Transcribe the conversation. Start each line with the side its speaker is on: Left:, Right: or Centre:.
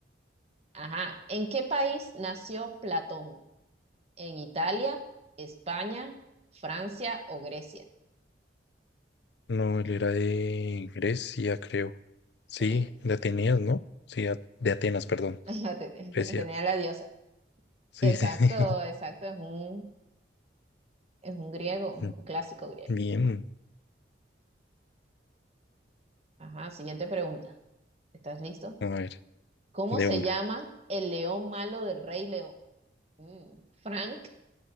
Right: Ajá. ¿En qué país nació Platón? ¿En Italia, España, Francia o Grecia?
Left: No, él era de Grecia, creo. Sí,
Right: Sí,
Left: de Atenas, ¿no? Sí, a- de Atenas, perdón.
Right: <laughs> la ten- <laughs>
Left: Grecia.
Right: tenía la diosa.
Left: Sí,
Right: Exacto,
Left: sí. <laughs>
Right: exacto. Es un, es un griego, un
Left: sí.
Right: clásico griego.
Left: Bien.
Right: Ajá. Siguiente pregunta. ¿Estás listo?
Left: A ver,
Right: ¿Cómo
Left: de
Right: se
Left: una.
Right: llama el león malo del Rey León? Mm, Frank,